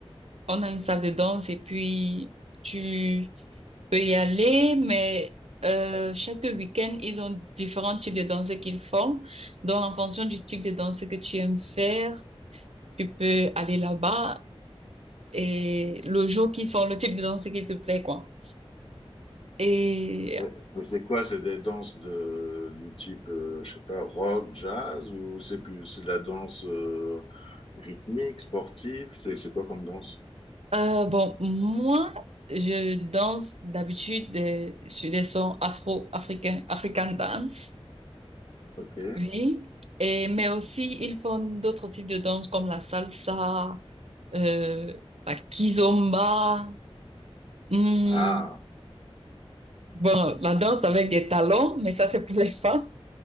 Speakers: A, on the right; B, on the left.
A: on a une salle de danse et puis tu peut y aller, mais euh, chaque week-end, ils ont différents types de danses qu'ils font. Donc, en fonction du type de danse que tu aimes faire, tu peux aller là-bas et le jour qu'ils font le type de danse qui te plaît, quoi. Et
B: Mais, mais c'est quoi? C'est des danses de, du type, euh, je sais pas, rock, jazz, ou c'est plus, c'est de la danse euh, rythmique, sportive? C'est c'est quoi comme danse?
A: euh, bon, moi, je danse d'habitude euh, sur des sons afro-africains, African dance,
B: Ok.
A: oui. Et, mais aussi, ils font d'autres types de danse comme la salsa, euh, la kizomba. Hmm,
B: Ah,
A: bon, la danse avec des talons, mais ça, c'est pour les <laughs> femmes.